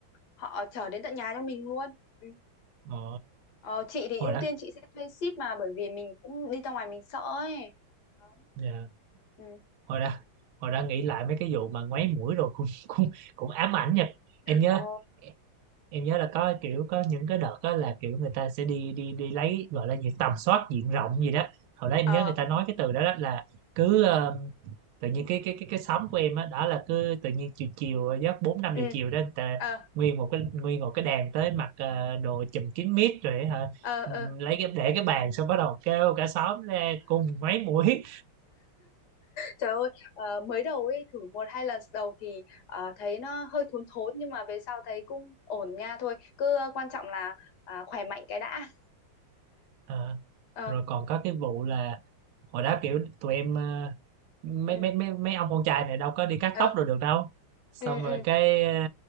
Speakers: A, on the left; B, on the right.
A: họ chở đến tận nhà cho mình luôn Ừ.
B: ồ
A: Ờ, chị thì
B: hồi
A: ưu
B: đó
A: tiên chị sẽ thuê ship mà bởi vì mình cũng đi ra ngoài mình sợ ấy. Đó.
B: Dạ.
A: Ừ.
B: hồi ra hồi ra nghĩ lại mấy cái vụ mà ngoáy mũi rồi cũng <laughs> cũng cũng ám ảnh nha em nhớ
A: Ờ,
B: em nhớ là có kiểu có những cái đợt đó là kiểu người ta sẽ đi đi đi lấy gọi là gì tầm soát diện rộng gì đó hồi đó em
A: Ờ,
B: nhớ người ta nói cái từ đó, đó là cứ ờ, tự nhiên cái cái cái cái xóm của em á đó, là cứ tự nhiên chiều chiều ờ, giấc bốn năm
A: ừ.
B: giờ chiều đó người ta
A: Ờ,
B: nguyên một cái nguyên một cái đàn tới mặc ờ, đồ chùm kín mít rồi hả
A: ờ, ờ.
B: lấy cái để cái bàn xong bắt đầu kêu cả xóm ra cùng ngoáy mũi
A: Trời ơi, ờ, mới đầu ấy thử một hai lần đầu thì ờ, thấy nó hơi thốn thốn nhưng mà về sau thấy cũng ổn nha thôi. Cứ ờ, quan trọng là ờ, khỏe mạnh cái đã.
B: Ờ,
A: Ờ,
B: rồi còn có cái vụ là hồi đó kiểu tụi em ờ, mấy
A: ừ,
B: mấy mấy mấy ông con trai này đâu có đi cắt
A: ờ,
B: tóc rồi được đâu xong
A: ừ, ừ.
B: rồi cái ờ,